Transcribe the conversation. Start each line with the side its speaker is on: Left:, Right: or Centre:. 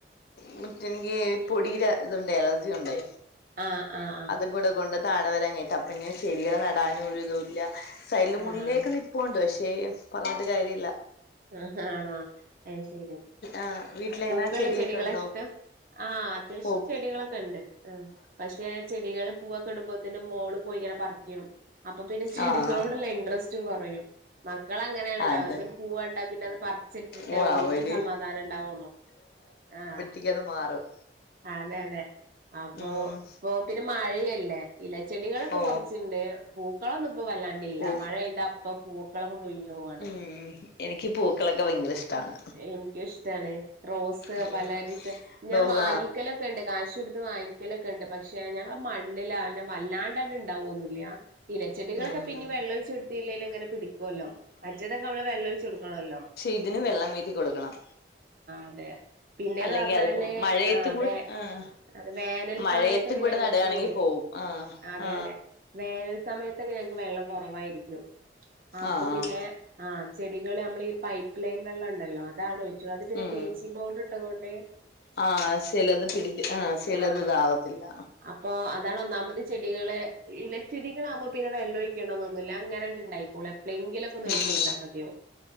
Left: മുറ്റമെനിക്കീ പൊടിയുടെയിതുണ്ടേ അലർജിയുണ്ടേ.
Right: ആഹ് ആഹ് ആഹ്
Left: അതും കൂടെകൊണ്ടു താഴെവരാഞ്ഞിട്ടാ അപ്പോ ഞാൻചെടികളു നടാനുമൊരിതുമില്ല സൈഡില്
Right: ആഹ്
Left: മുല്ലയൊക്കെ നിൽപ്പുണ്ട് പക്ഷേ പറഞ്ഞിട്ടുകാര്യമില്ല
Right: ആഹ് ഹാ ആണോ അതുശരി
Left: ആഹ് വീട്ടിലെങ്ങനെ
Right: പൂക്കളുള്ള
Left: ചെടിയൊക്കെ
Right: ചെടികളായിഷ്ടം.
Left: ഉണ്ടോ
Right: ആഹ് അത്യാവശ്യംചെടികളൊക്കെയുണ്ട്
Left: ഓ
Right: ആമ് പക്ഷേയാചെടികളു പൂവൊക്കെയിടുമ്പോളത്തേനും മോളു പോയിയിങ്ങനെ പറിക്കും. അപ്പൊ പിന്നെ ചെടികളോടുള്ള
Left: ആഹ്
Right: ഇൻട്രസ്റ്റും കുറയും മക്കളങ്ങനെയാണല്ലോ
Left: അത്
Right: അവർക്കൊരു പൂവു കണ്ടാൽപിന്നെയതുപറിച്ചിട്ടിട്ടേ
Left: ഓ
Right: ഓൽക്കൊരു
Left: അവര്
Right: സമാധാനമുണ്ടാവുകയുള്ളു ആഹ്.
Left: എനിക്കതു മാറും
Right: ആ അതെയതെ അപ്പൊ,
Left: ഉം
Right: ഇപ്പൊപ്പിന്നെ മഴയല്ലേ. ഇലച്ചെടികളൊക്കൊ
Left: ഓ
Right: കുറച്ചുണ്ട്. പൂക്കളൊന്നുമിപ്പൊ വല്ലാണ്ടില്ല,
Left: പൂ
Right: മഴയില്ലാത്തപ്പൊ പൂക്കളൊക്കെ കൊഴിഞ്ഞു പോവാണ്.
Left: ഉം എനിക്ക് പൂക്കളൊക്കെ ഭയങ്കര ഇഷ്ടാണ്
Right: എനിക്കിഷ്ടാണ് റോസ്
Left: ഉം
Right: പലയിത് ഞാൻ
Left: റോസ
Right: വാങ്ങിക്കല് ഉണ്ട്, കാശുകൊടുത്തു വാങ്ങിക്കലൊക്കെയുണ്ട് പക്ഷെ ഞങ്ങടെ മണ്ണിലാണ്ട് വല്ലാണ്ട് ഇണ്ടാവുമൊന്നുമില്ല. പിന്നെ, ച്ചെടികളൊക്കെ
Left: ഉം
Right: പിന്നെ വെള്ളമൊഴിച്ചെടുത്തില്ലേലുമങ്ങനെ പിടിക്കുവല്ലോ മറ്റേതൊക്കെ നമ്മള് വെള്ളമൊഴിച്ചുകൊടുക്കണമല്ലോ
Left: ഇതിനു വെള്ളം വീട്ടിൽ കൊടുക്കണം
Right: അതെ പിന്നേന്ന്
Left: അല്ലെങ്കിലതു
Right: പറഞ്ഞാല്
Left: മഴയത്തു
Right: ആഹ്
Left: കു
Right: വേ
Left: ആഹ്
Right: അത് വേനൽ
Left: മഴയത്തിവിടെ
Right: സമയത്തൊക്കെ ഞങ്ങക്ക്
Left: നടുകയാണെങ്കിൽ പോകും ആഹ്
Right: അതെ
Left: ആ
Right: അതെ വേനൽ സമയത്തൊക്കെ ഞങ്ങക്കുവെള്ളം കുറവായിരിക്കും. അപ്പൊ
Left: ആഹ്
Right: പിന്നെ ആഹ്. ചെടികള്നമ്മളീ പൈപ്പുലൈൻ വെള്ള മുണ്ടല്ലോഅതാണൊഴിച്ചു. അതു പിന്നെ
Left: ഉം
Right: ബ്ലീച്ചിംഗ്പൗഡർ അതുകൊണ്ടേ
Left: ആഹ് ചിലതു പിടിക്കി ആഹ് ചിലതിതാവത്തില്ല
Right: ആഹ് അപ്പൊ അതാണൊന്നാമത്തെ ചെടികളേയിലച്ചെടികളാകുമ്പോ പിന്നെ വെള്ളം ഒഴിക്കണമെന്നൊന്നുമില്ല. അങ്ങയതുണ്ടായിക്കോളും, എ എപ്പമെങ്കിലൊക്കെയൊന്ന്
Left: ഉം
Right: ഒഴിച്ചുകൊടുത്താമതിയോ